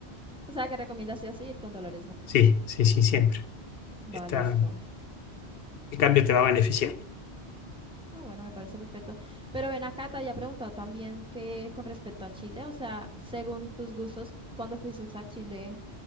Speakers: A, in the centre; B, on the left.
A: O sea, que recomiendas sí o sí ir con Dolores, ¿no?
B: sí, sí, sí, siempre. Está.
A: Va, listo.
B: ¿Qué cambio te va a beneficiar?
A: Ah, bueno, me parece perfecto. Pero ven acá, te había preguntado también que con respecto a Chile, o sea, según tus gustos, ¿cuándo fuiste a Chile?